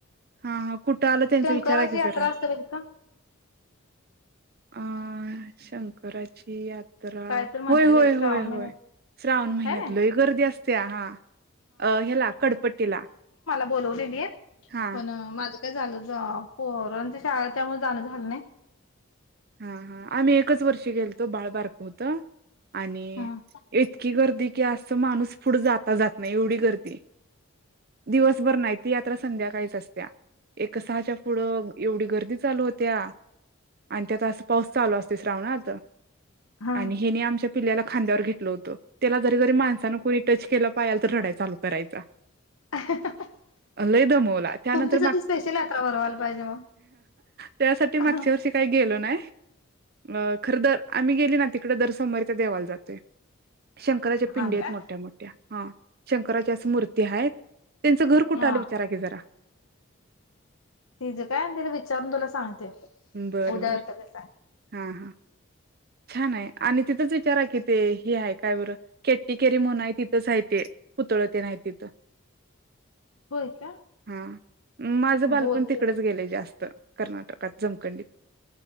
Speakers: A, on the right; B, on the left.
A: हा हा कुठं आलं त्यांचा
B: शंकराची
A: विचारा की
B: यात्रा
A: जरा
B: असत्या बाई तिथं.
A: अं शंकराची या तर होय,
B: काय म्हंटली
A: होय,
B: बाई श्रावण
A: होय, होय.
B: महिन्यात
A: श्रावण महिन्यात
B: हाय ना
A: लई गर्दी असत्या हा. अ ह्याला कडपट्टीला.
B: बोलवलेलीत
A: हा
B: पण माझं का झालं जा पोरांच्या शाळा त्यामुळे जाणं झालं नाही.
A: हा, हा. आम्ही एकच वर्षी गेलतो बाळ बारक होतं आणि
B: हा
A: इतकी गर्दी कि असं माणूस पुढं जाता जात नाही एवढी गरज दिवसभर नाहीती यात्रा संध्याकाळी काहीच असत्या एक सहाच्या पुढं एवढी गर्दी चालू होत्या. आणि त्यात असं पाऊस चालू असतय श्रावणात.
B: हा
A: आणि हेनी आमच्या पिल्ल्याला खांद्यावर घेतलं होतं. त्याला जरी जरी माणसानं कोणी टच केलं पायाल तर रडाय चालू करायचा.
B: <unintelligible>
A: अ लई दम त्यानंतर
B: तुमच्यासाठी
A: अ
B: स्पेशल यात्रा भरवायला पाहिजे मग.
A: त्याच्यासाठी
B: हा
A: लो ना नाही अ खरतर आम्ही गेली ना तिकडे दरसोमवारी त्या देवाला जातोय शंकराच्या पिंडे
B: हा का
A: आहेत मोठ्या मोठ्या हा शंकराची अस मूर्ती ते आहेत त्यांचं घर कुठं
B: हा
A: आलं विचाराय क जरा
B: ति जे काय तिला विचारून तुला सांगते
A: बर
B: उद्या
A: बर
B: एखाद्या सांग
A: हा हा छान आहे आणि तिथंच विचारा कि ते ह आहेय काय बरं केट्टी केेरी म्हून आहे तिथंचय ते पुतळ ते नाही तिथं
B: होय का
A: हा माझ
B: बोलते
A: बालपण तिकडेच गेलं जास्त कर्नाटकात जमखंडित